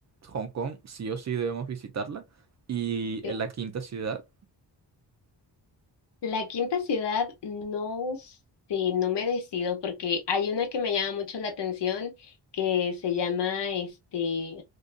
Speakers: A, on the right (about 40°); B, on the left (about 75°).
A: Hong Kong sí o sí debemos visitarla y
B: sí.
A: en la quinta ciudad.
B: La quinta ciudad, no sé, no me decido porque hay una que me llama mucho la atención que se llama este